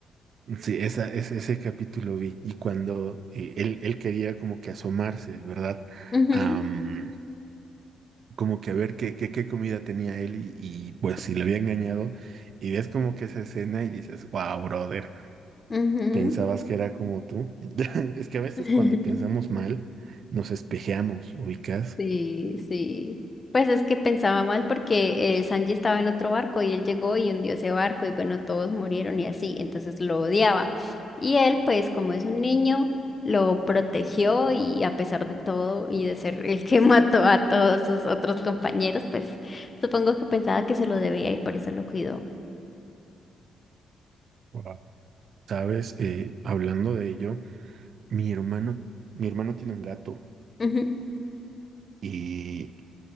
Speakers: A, on the right; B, on the left.
A: Sí, esa, ese, ese capítulo vi. Y cuando eh, él, él quería como que asomarse, ¿verdad?
B: Ujú,
A: Am, como que a ver qué, qué, qué comida tenía él y, y, pues
B: sí,
A: si le había engañado. Y ves como que esa escena y dices, wow, brother.
B: ujú.
A: Pensabas que era como tú. <laughs> Es que a veces
B: <laughs>
A: cuando pensamos mal, nos espejeamos, ubicas,
B: Sí, sí. Pues es que pensaba mal porque eh, Sanji estaba en otro barco y él llegó y hundió ese barco y bueno, todos murieron y así, entonces lo odiaba. Y él, pues como es un niño, lo protegió y a pesar de todo y de ser el que <laughs> mató a todos sus otros compañeros, pues supongo que pensaba que se lo debía y por eso lo cuidó.
A: Wow. ¿sabes? Eh, hablando de ello, mi hermano, mi hermano tiene un gato
B: Ujú.
A: y